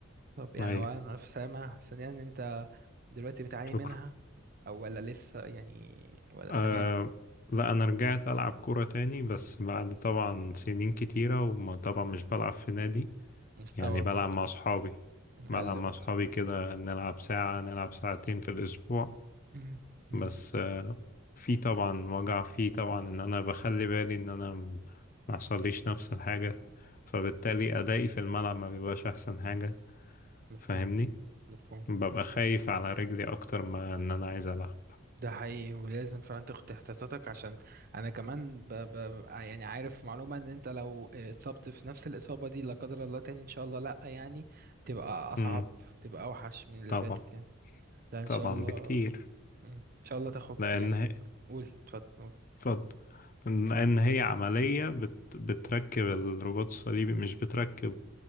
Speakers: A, on the right; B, on the left.
A: طب يعني
B: ايوه
A: اولا الف سلامه ثانيا انت دلوقتي بتعاني
B: شكرا
A: منها او ولا لسه يعني ولا
B: أه
A: تمام
B: لا انا رجعت العب كوره تاني بس بعد طبعا سنين كتيره وما طبعا مش بلعب في نادي
A: مستوى
B: يعني بلعب
A: برضو
B: مع اصحابي بلعب
A: قل
B: مع
A: برضو
B: اصحابي كده نلعب ساعه نلعب ساعتين في الاسبوع
A: مم. مم.
B: بس أه في طبعا وجع فيه طبعا ان انا بخلي بالي ان انا م- ما يحصليش نفس الحاجه فبالتالي ادائي في الملعب ما بيبقاش احسن حاجه
A: مفهوم
B: فاهمني
A: مفهوم
B: ببقى
A: مفهوم
B: خايف على رجلي اكتر ما ان انا عايز العب
A: ده حقيقي ولازم فعلا تاخد احتياطاتك عشان انا كمان ب... ب... يعني عارف معلومة ان انت لو اتصبت في نفس الإصابة دي لا قدر الله تاني ان شاء الله لا يعني بتبقى اصعب
B: امم
A: بتبقى اوحش من اللي
B: طبعا
A: فاتت يعني لا ان
B: طبعا
A: شاء الله
B: بكتير
A: مم. ان شاء الله تاخد
B: لأن
A: يعني
B: هي
A: قول اتفضل قول
B: اتفضل لأن هي عملية بت... بتركب الرباط الصليبي مش بتركب